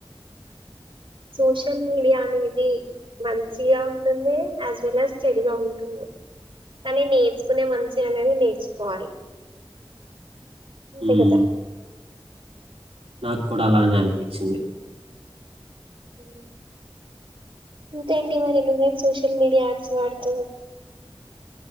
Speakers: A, on the right; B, on the right.
A: సోషల్ మీడియా అనేది మంచిగా ఉంటుంది యాజ్ వెల్ యాజ్ చెడుగా ఉంటుంది కానీ నేర్చుకునే మంచి అనేది నేర్చుకోవాలి అంతే
B: ఉమ్
A: కదా
B: నాకు కూడా అలానే అనిపించింది
A: ఉమ్ ఇంకేంటి మరి నువ్ ఏం సోషల్ మీడియా యాప్స్ వాడతావు